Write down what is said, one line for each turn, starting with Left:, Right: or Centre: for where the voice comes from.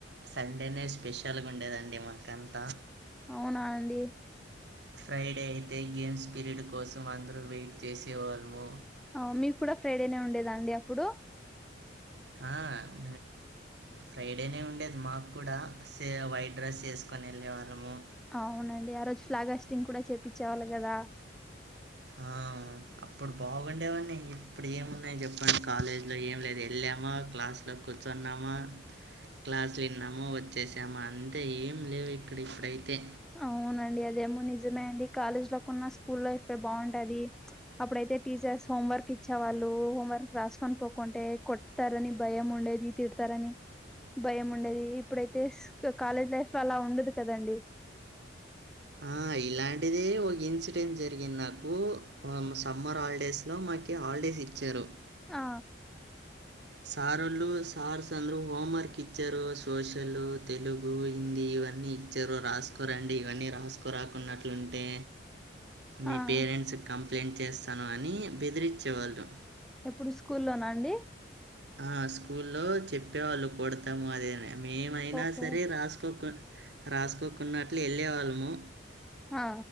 Right: సండేనే స్పెషల్గా ఉండేదండి మాకంతా
Centre: అవునా అండి
Right: ఫ్రైడే అయితే గేమ్స్ పీరియడ్ కోసం అందరూ వెయిట్ చేసేవాళ్ళము
Centre: ఆ మీకు కూడా ఫ్రైడేనే ఉండేదా అండి అప్పుడు
Right: ఆ అమ్ ఫ్రైడేనే ఉండేది మాకు కూడా సే వైట్ రైస్ చేసుకోని వెళ్ళే వాళ్ళము
Centre: అవునండి ఆ రోజు ఫ్లాగాస్టింగ్ కూడా చేప్పిచ్చేవాళ్ళు కదా
Right: ఆ అప్పుడు బాగుండేవన్ని ఇప్పుడు ఏమున్నాయి చెప్పండి కాలేజీలో ఏం లేదు వెళ్ళామా క్లాస్లో కూర్చున్నామా క్లాసులు విన్నాము వచ్చేసామ అంతే ఏం లేవు ఇక్కడ ఇప్పుడైతే
Centre: అవునండి అదేమో నిజమే అండి కాలేజ్ లో కన్నా స్కూల్ లైఫె బాగుంటది అప్పుడైతే టీచర్స్ హోం వర్క్ ఇచ్చేవాళ్ళు హోంవర్క్ రాసుకొని పోకుంటే కొట్ తారని భయం ఉండేది తిడుతారని భయం ఉండేది ఇప్పుడైతే కాలేజ్ లైఫ్ లో అలా ఉండదు కదండి
Right: ఆ ఇలాంటిదే ఒక ఇన్సిడెంట్ జరిగింది నాకు సమ్మర్ హాలిడేస్లో మాక్ కి హాలిడేస్ ఇచ్చారు
Centre: ఆ
Right: సార్ వాళ్ళు సార్స్ అందరూ హోమ్వర్క్ ఇచ్చారు సోషల్ తెలుగు హిందీ ఇవన్నీ చరు రాసుకురండి ఇవన్నీ రాసుకురాకున్నట్లుంటే మీ
Centre: ఆ
Right: పేరెంట్స్ క్ కంప్లైంట్ చేస్తాను అని బెదిరించేవాళ్ళు
Centre: ఎప్పుడు స్కూల్లోన అండి
Right: ఆ స్కూల్లో చెప్పేవాళ్ళు కొడతాము అదే మేమైనా
Centre: ఓకే
Right: సరే రాసుకోకు రాసుకోకున్నట్లు వేళ్ళే వాళ్ళము
Centre: ఆ